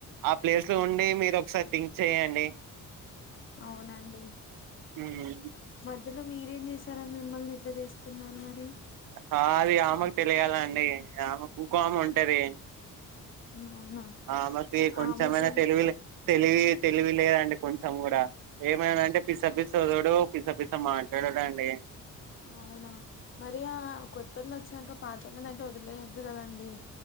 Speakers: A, on the right (about 80°); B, on the left (about 40°).
A: ఆ ప్లేస్ లో ఉండి మీరు ఒకసారి థింక్ చేయండి
B: అవునండి
A: ఉమ్
B: మధ్యలో మీరేం చేసారని మిమ్మల్ని ఇట్లా చేస్తున్నారు మరి
A: అది ఆమకు తెలియాల అండి ఆమేకు ఇంకో ఆమ ఉంటది
B: అవునా
A: ఆమకి కొంచెమైనా
B: ఆమెకేం
A: తెలువి తెలివి తెలివి లేదండి కొంచెం కూడా ఏమైనాంటే పిసపి వధురుడు పిసపిసా మాట్లాడడు అండి
B: అవునా మరి ఆ కొత్త వాళ్ళు వచ్చాక పాత వాళ్ళని అయితే వదిలేయద్దు కదండి